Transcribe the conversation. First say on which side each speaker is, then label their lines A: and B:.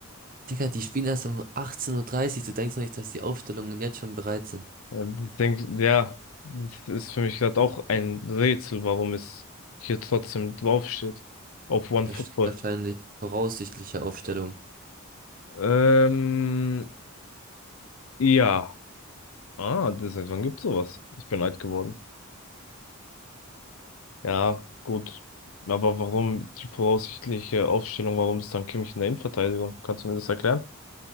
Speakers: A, on the right; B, on the left.
A: Digga, die spielen erst um 18.30 Uhr. dreißig. Du denkst doch nicht, dass die Aufstellungen jetzt schon bereit sind.
B: Ähm, Ich denke ja, das ist für mich gerade auch ein Rätsel, warum es hier trotzdem draufsteht. Auf OneFootball.
A: Da steht wahrscheinlich voraussichtliche Aufstellung.
B: Ähm, ja. Ah, das, seit wann gibt's sowas? Ich bin alt geworden. Ja, gut. Aber warum die voraussichtliche Aufstellung, warum ist dann Kimmich in der Innenverteidigung? Kannst du mir das erklären?